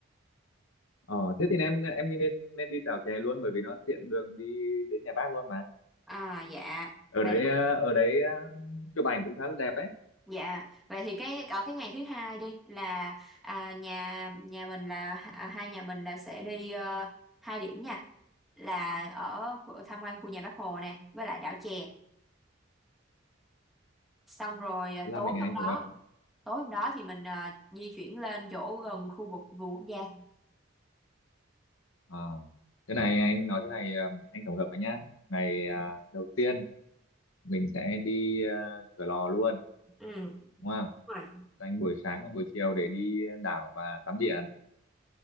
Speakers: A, on the left; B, in the centre.
A: ờ, thế thì em em đi nên nên đi đảo chè luôn bởi vì nó tiện đường đi đến nhà bác luôn mà
B: à dạ
A: ở
B: vậy
A: đấy ờ, ở đấy ờ, chụp ảnh cũng khá là đẹp đấy
B: dạ vậy thì cái ở cái ngày thứ hai đi là à, nhà nhà mình là à, hai nhà mình là sẽ đi ờ, hai điểm nha là ở khu- tham quan khu nhà Bác Hồ nè với lại đảo chè xong rồi à,
A: thế là
B: tối
A: mình anh
B: hôm đó
A: tổng hợp
B: tối hôm đó thì mình à, di chuyển lên chỗ gần khu vực vườn quốc gia
A: Ờ, thế này anh nói thế này ờ, anh tổng hợp với nhá ngày ờ, đầu tiên mình sẽ đi ờ, Cửa Lò luôn
B: ừ đúng
A: đúng không?
B: rồi
A: dành buổi sáng và buổi chiều để đi đảo và tắm biển